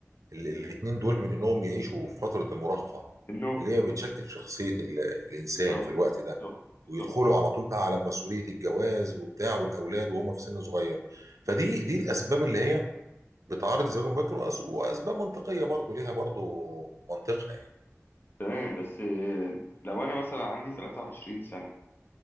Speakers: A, on the right; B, on the left.
A: ال- الاتنين دول من انهم يعيشوا في فترة المراهقة
B: في النوم
A: اللي هي بتشكل شخصية ال- الانسان
B: بالظبط
A: في الوقت ده
B: بالظبط بالظبط
A: ويدخلوا على طول بقى على مسؤولية الجواز وبتاع والاولاد وهم في سن صغير فدي دي الاسباب اللي هي بتعرض الزواج المبكر وأس- واسباب منطقية برضو ليها برضو منطقها يعني
B: تمام بس آه، لو انا مثلا عندي 23 سنة